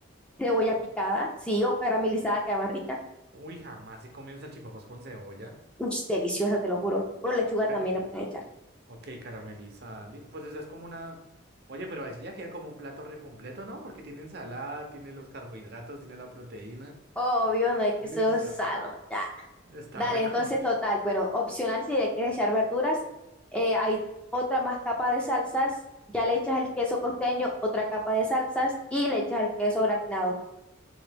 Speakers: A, in the centre; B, on the right.
A: Cebolla picada, sí, o caramelizada, queda más rica.
B: Uy, jamás he comido salchipapas con cebolla.
A: Uy, deliciosa, te lo juro. O lechuga
B: Ca-
A: también le puedes echar.
B: ok, caramelizada. li- Pues esa es como una... Oye, pero así ya queda como un plato re completo, ¿no? Porque tiene ensalada, tiene los carbohidratos, tiene la proteína.
A: Obvio, no es que
B: Esa,
A: eso es sano, ya.
B: está
A: Dale,
B: re
A: entonces,
B: <laughs> completo.
A: total, bueno, opcional si le quieres echar verduras. eh, hay otra más capa de salsas, ya le echas el queso costeño, otra capa de salsas y le echas el queso gratinado.